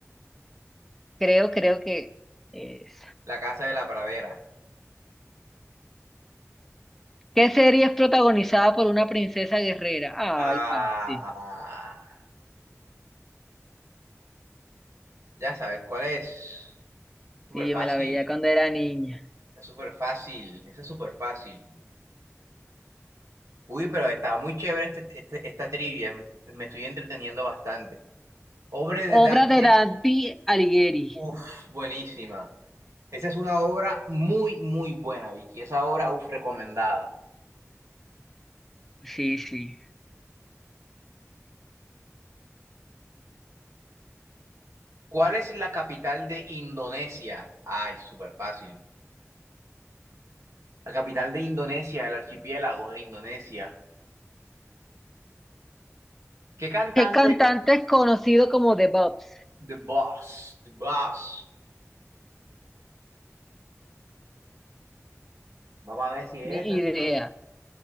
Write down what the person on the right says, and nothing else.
La casa de la pradera.
Ah,
ya sabes cuál es. Súper
fácil,
es súper fácil, eso es súper fácil. Uy, pero estaba muy chévere este, este- esta trivia, me, me estoy entreteniendo bastante. Obra de
Dante
Uf, buenísima. Esa es una obra muy, muy buena, Vicky. Esa obra, uf, recomendada.
¿Cuál es la capital de Indonesia? Ay, súper fácil. La capital de Indonesia, el archipiélago de Indonesia. ¿Qué cantante?
The Boss, The Boss. Vamos a ver si es
esta,
si no es.